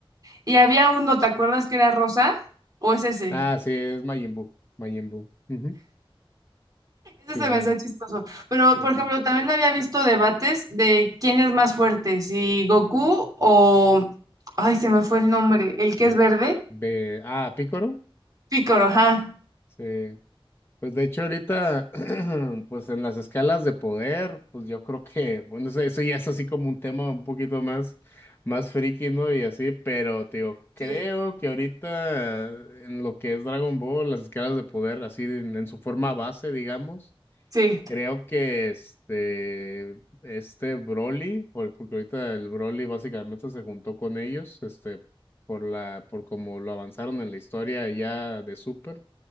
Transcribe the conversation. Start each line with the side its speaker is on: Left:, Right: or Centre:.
Right: Y había uno, ¿te acuerdas que era rosa? ¿O es ese?
Left: Ah, sí, es Majin Buu, Majin Buu. Ujú. Sí,
Right: Ese se
Left: sí,
Right: me hacía
Left: sí.
Right: chistoso. Pero,
Left: Sí,
Right: por ejemplo, también había visto debates de quién es más fuerte, si Goku o... Ay, se me fue el nombre. ¿El
Left: Ve,
Right: que es verde?
Left: ve, ah, Pícoro.
Right: Picoro, ajá.
Left: Sí. Pues de hecho ahorita, <clears throat> pues en las escalas de poder, pues yo creo que, bueno, eso, eso ya es así como un tema un poquito más, más friki, ¿no? Y así, pero te digo, creo
Right: Sí.
Left: que ahorita en lo que es Dragon Ball, las escalas de poder, así en, en su forma base, digamos,
Right: Sí.
Left: creo que este, este Broly, por- porque ahorita el Broly básicamente se juntó con ellos, este, por la, por como lo avanzaron en la historia ya de Super